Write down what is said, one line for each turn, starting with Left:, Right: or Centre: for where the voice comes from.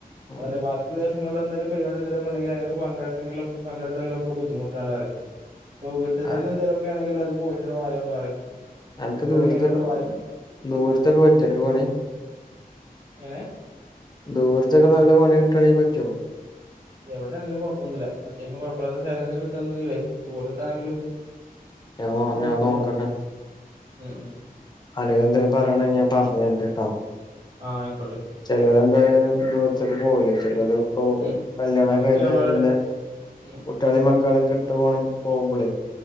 Left: ഉം
Right: അതല്ലേ ബാക്കിയുള്ള ദിസ് ങ്ങളിൽ എന്തേലും പരിപാടി എന്തെലുംക്കെ ഉണ്ടെങ്കി അതിനെപങ്കെടു പങ്കെടുക്കണങ്കിലക്കെ ബുദ്ധിമുട്ട് അപ്പൊ വീട്ടിൽ
Left: ആഹ്
Right: തന്നെ എന്തേലുമൊക്കെ ആണെങ്കിൽ അത് പോയിട്ടാണ് വായോ ന്ന് യു
Left: എനക്ക്
Right: പരിപാടി
Left: ദൂരത്ത
Right: കഴിഞ്ഞിട്ടാണ്
Left: ദൂരത്തൊക്കെ പറ്റിയ എടുക്ക പണി
Right: നെ
Left: ദൂർത്തൊക്കെ നല്ല പണി കിട്ടണെ പറ്റുവോ
Right: എവിടെ ആണെങ്കിലും കുഴപ്പൊന്നുമില്ല അത്യാവശ്യം കുഴപ്പമാത്ത സാഹചര്ത കിട്ടുകുണ്ടെങ്കില്ലേ ദൂരത്താണെങ്കിലും
Left: ഞാൻോ
Right: കുഴപ്പമൊന്നുമില്ല
Left: ഞാൻ നോക്കണ്ട
Right: ഉം ഉം
Left: അലികധ പറയണ ഞാൻ പറഞ്ഞ എന്റെ ട
Right: ആഹ ആയിക്കോട്ടെ
Left: ചിലരെ എന്തായാലും ദൂരത്തേക്ക് പോകില്ലേ ചിലർ ഇപ്പോ
Right: ഉം
Left: കല്യാണംക്ക
Right: നമുക്ക്
Left: കഴിഞ്ഞാല്
Right: എവിടെ
Left: പിന്നെ
Right: ഉം
Left: കുട്ടികളി മക്കളൊക്കെ ഇട്ട് പോണെങ്ക പോകുമ്പോളേ